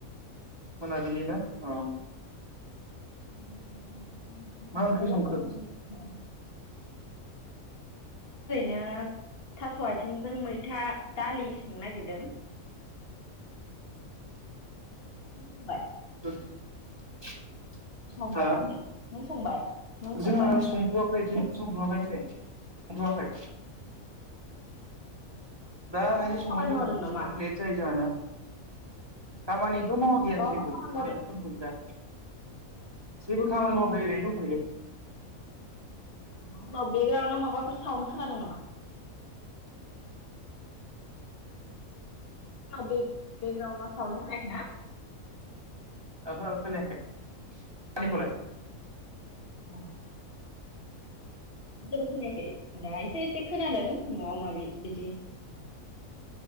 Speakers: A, on the right; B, on the left.
A: मोनाबिलि ना औ।
B: मोनाबिलिनि ओंखाम ओंख्रि संनो
A: मा संखो
B: लाहार-फाहार खालामदों। नो थास' आथिंजों मै था दालि संनो नागिरदों। नों संबाय?
A: <inaudible>
B: गोथाव मोनसे
A: हा
B: नों संबाय? नों
A: जोंहा
B: संबाय?
A: संथ'वाखै दिनै संथ'वाखै नै संथ'वाखै। दाहायसो
B: माबाफोर
A: संगोन
B: खामानि
A: जोङो
B: मावदों
A: एसे
B: नामा
A: लेट जायो जोंहानिया। दामानि थ' मावाखै
B: माबाफोर
A: आं जेबो
B: खामानि मावदों
A: ओरैनो दंथ'यो दा। जेबो मावाखै ओरैनो दंथ'यो।
B: उनाव बेकग्राउनाव माबाफोर सावन खोनादों नामा? <inaudible> बेकग्राउनाव सावन खोनायाखैना?
A: ओहो खोनायाखै। आंनिखौलाय?
B: औ जेबो खोनायाखै दायोसो एसे खोनादों माबा माबि बिदि <inaudible>